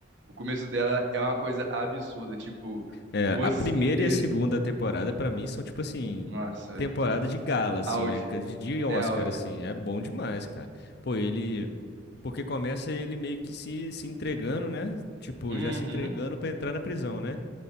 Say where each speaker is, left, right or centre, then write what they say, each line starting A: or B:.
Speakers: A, on the right; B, on the left.
A: o começo dela é uma coisa absurda. Tipo,
B: É,
A: você.
B: a primeira e a segunda temporada pra mim são tipo assim,
A: Nossa,
B: temporada de gala assim,
A: auge.
B: né? De, de Oscar
A: É auge.
B: assim, é bom demais, cara. Pô, ele porque começa ele meio que se, se entregando, né? Tipo,
A: Uhum.
B: já se entregando pra entrar na prisão, né?